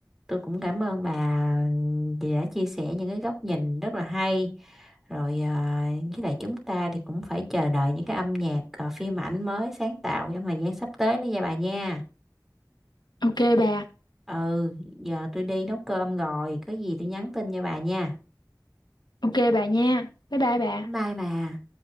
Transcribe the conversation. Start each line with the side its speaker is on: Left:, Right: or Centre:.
Centre: Tôi cũng cảm ơn bà vì đã chia sẻ những cái góc nhìn rất là hay. Rồi à, với lại chúng ta thì cũng phải chờ đợi những cái âm nhạc à, phim ảnh mới sáng tạo trong thời gian sắp tới nữa nha bà nha.
Left: Ok bà,
Centre: Ừ, giờ tôi đi nấu cơm rồi, có gì tôi nhắn tin cho bà nha.
Left: ok bà nha. Bye bye bà.
Centre: Bye bye bà.